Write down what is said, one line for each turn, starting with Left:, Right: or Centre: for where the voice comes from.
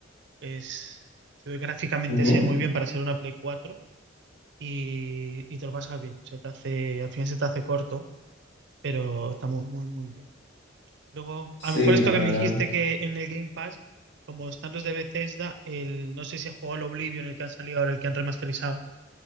Right: es se ve gráficamente
Left: Ujú.
Right: se ve muy bien para ser una Play 4 y, y te lo pasas bien. Se te hace, al final se te hace corto, pero está muy, muy, muy bien. Luego,
Left: Sí,
Right: a lo mejor esto
Left: la
Right: que
Left: verdad.
Right: me dijiste que en el Game Pass, como están los de Bethesda, el no sé si has jugado el Oblivion, el que han salido ahora, el que han remasterizado.